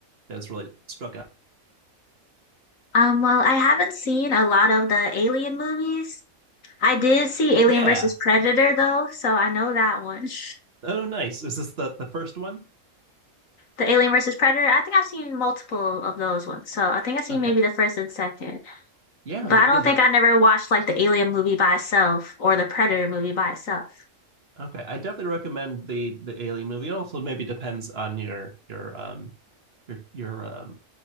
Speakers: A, on the right; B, on the left.
A: that's really struck out.
B: Um, well, I haven't seen a lot of the Alien movies. I did see Alien
A: Yeah,
B: versus Predator though, so I know that one. <laughs>
A: Oh, nice. Is this the the first one?
B: The Alien versus Predator, I think I've seen multiple of those ones. So I think I've seen
A: Okay.
B: maybe the first and second.
A: Yeah,
B: But
A: th-
B: I don't
A: yeah, the
B: think I never watched like the Alien movie by itself or the Predator movie by itself.
A: okay. I definitely recommend the the Alien movie. It also maybe depends on your your um your your um